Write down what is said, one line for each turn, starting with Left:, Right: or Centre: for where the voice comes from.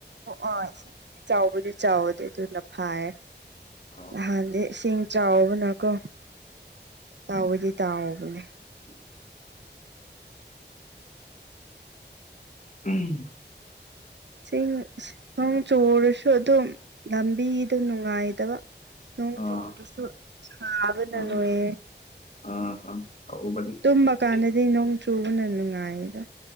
Right: ꯑꯥ ꯏꯁꯤꯡꯕꯨꯗꯤ ꯆꯥꯎꯕꯨꯗꯤ ꯆꯥꯎꯗꯦ ꯑꯗꯨ ꯁꯥꯢ
Left: ꯑꯣ
Right: ꯍꯥꯟꯗꯤ ꯏꯁꯤꯡ ꯆꯥꯎꯕꯅꯀꯣ ꯇꯥꯎꯕꯗꯤ ꯇꯥꯎꯕꯅꯦ
Left: ꯎꯝ <inaudible> ꯎꯝ
Right: ꯆꯤꯡ ꯆꯨꯔꯁꯨ ꯑꯗꯨꯝ ꯂꯝꯕꯤꯗꯨ ꯅꯨꯡꯉꯥꯏꯇꯕ ꯅꯣꯡ
Left: ꯑꯥ
Right: ꯆꯨꯕꯗꯨꯁꯨ ꯁꯥꯕꯅ
Left: ꯑꯥ
Right: ꯂꯣꯏꯌꯦ
Left: ꯑꯥ ꯑꯥ ꯍꯥ ꯇꯧꯕꯅꯤ
Right: ꯇꯨꯝꯕ ꯀꯥꯟꯗꯗꯤ
Left: ꯆꯦ
Right: ꯅꯣꯡ ꯆꯨꯕꯅ ꯅꯨꯡꯉꯥꯏꯌꯦꯗ